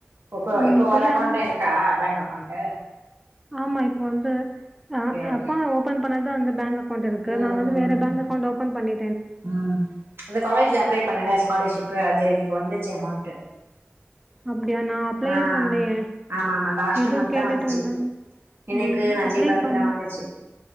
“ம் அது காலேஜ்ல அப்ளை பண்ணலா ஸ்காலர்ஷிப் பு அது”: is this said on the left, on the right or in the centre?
Right